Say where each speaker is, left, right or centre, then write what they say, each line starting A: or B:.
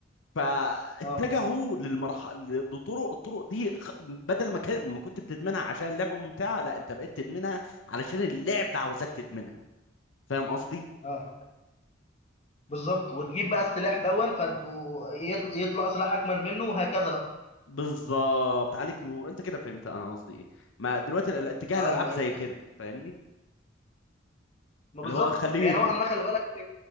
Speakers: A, on the left; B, on the left.
A: فاتجهوا
B: اه
A: للمرحله لطرق الطرق دي غ- بدل ما كان ما كنت بتدمنها عشان اللعبه ممتعه لا انت بقيت تدمنها علشان اللعبه عاوزاك تدمنها فاهم قصدي
B: اه بالظبط وتجيب بقى السلاح دون فد... ويط- يطلع سلاح اجمد منه وهكذا بقى
A: بالظبط عليك نور انت كده فهمت انا قصدي ايه ما دلوقتي ال- اتجاه الالعاب
B: ايوه ايوه
A: زي كده فاهمني
B: ما بالظبط
A: اللي هو خليه
B: هي
A: يدمن
B: نوعا ما خلي بالك